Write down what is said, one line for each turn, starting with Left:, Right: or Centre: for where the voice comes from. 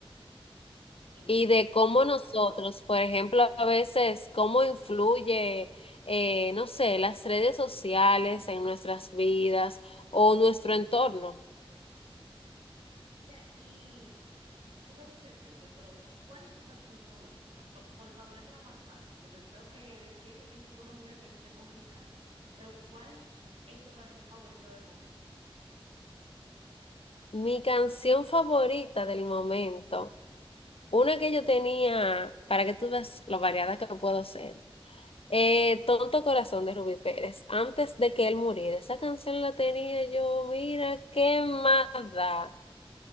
Right: entiendo.
Left: y de cómo nosotros, por ejemplo, a veces, cómo influye, eh, no sé, las redes sociales en nuestras vidas o nuestro entorno.
Right: Mira, y tú me dices eso, pero ¿y cuál es tu canción favorita? Para ponértelo más fácil, porque veo que decir el tipo de música que te gusta es complicado, pero ¿cuál es tu canción favorita del momento?
Left: Mi canción favorita del momento. Una que yo tenía, para que tú veas lo variada que puedo ser. Eh, Tonto Corazón de Rubí Pérez. Antes de que él muriera, esa canción la tenía yo, mira, quemada.